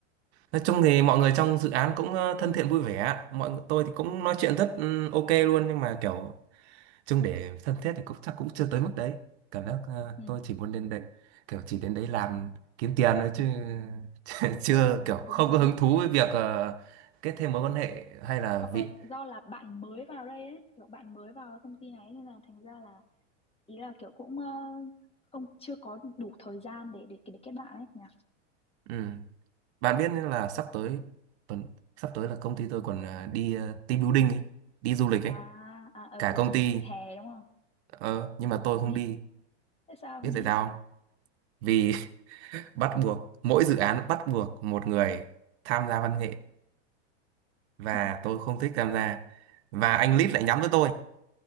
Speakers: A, on the right; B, on the left.
A: nói chung thì mọi người trong dự án cũng ờ, thân thiện vui vẻ mọi người tôi thì cũng nói chuyện rất ừ, ok luôn nhưng mà kiểu chung để thân thiết thì cũng chắc cũng chưa tới mức đấy cảm giác ờ,
B: Ừ.
A: tôi chỉ muốn đến đấy kiểu chỉ đến đấy làm kiếm tiền thôi chứ <laughs> chưa
B: Ờ ờ
A: kiểu
B: đúng
A: không
B: đúng.
A: có hứng thú với việc ờ, kết thêm mối quan hệ hay là
B: Hoặc
A: vị
B: là do là bạn mới vào đây ấy, kiểu bạn mới vào công ty này nên là thành ra là ý là kiểu cũng ờ, không chưa có đủ thời gian để để để kết bạn ấy nhỉ.
A: ừ. bạn biết là sắp tới tuần sắp tới là công ty tôi còn ờ, đi ờ, team building ấy đi du lịch
B: À
A: ấy
B: à ờ
A: cả công
B: du,
A: ty
B: du lịch hè đúng không?
A: ờ, nhưng mà tôi không
B: Đi
A: đi
B: thế sao không
A: biết
B: đi?
A: tại sao không? vì <laughs> bắt buộc mỗi dự án bắt buộc một người tham gia văn nghệ và
B: <laughs>
A: tôi không thích tham gia và anh lead lại nhắm tới tôi